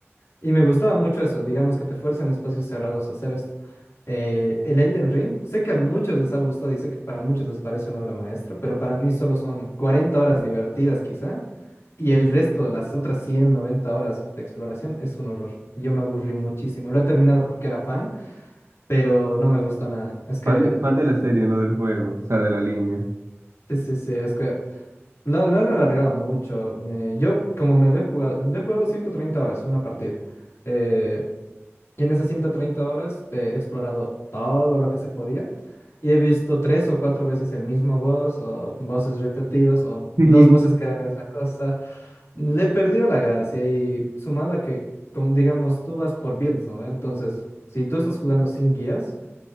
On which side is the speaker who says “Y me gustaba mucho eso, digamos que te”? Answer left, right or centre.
Left